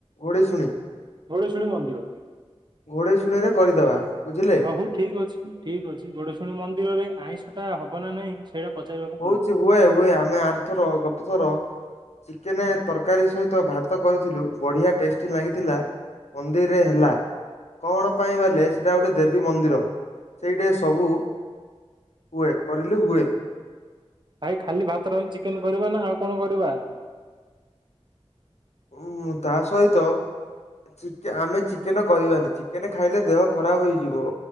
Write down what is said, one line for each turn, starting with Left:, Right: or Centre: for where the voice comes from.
Left: ଘୋଡେଇ ଶୁଣି।
Right: ଘୋଡେ଼ଇ ଶୁଣି ମନ୍ଦିର।
Left: ଘୋଡ଼େଇଶୁଣି ରେ କରିଦବା ବୁଝିଲେ।
Right: ହଉ ହଉ ଠିକ୍ ଅଛି ଠିକ୍ ଅଛି ଘୋଡ଼େଇଶୁଣି ମନ୍ଦିରରେ ଆଇଁଷ ଟା ହବ ନା ନାଇଁ ସେଇଟା ପଚାରିବାକୁ
Left: ହୋଉଚି
Right: ପଡିବ।
Left: ହୁଏ ହୁଏ ଆମେ ଆର୍ ଥର ଗତ ଥର ଚିକେନେ ତରକାରୀ ସହିତ ଭାତ କରିଥିଲୁ ବଢ଼ିଆ ଟେଷ୍ଟି ଲାଗିଥିଲା। ମନ୍ଦିର୍ ରେ ହେଲା। କଣ ପାଇଁ ବେଲେ ସେଟା ଗୋଟେ ଦେବୀ ମନ୍ଦିର ସେଇଟେ ସବୁ ହୁଏ କରିଲେ ହୁଏ।
Right: ଭାଇ ଖାଲି ଭାତ, ଡାଲି, ଚିକେନେ କରିବା ନା ଆଉ କଣ କରିବା?
Left: ଉଁ ତା ସହିତ ଚିକେ-ଆମେ ଚିକେନ କରିବାନି ଚିକେନେ ଖାଇଲେ ଦେହ ଖରାପ୍ ହୋଇଯିବ।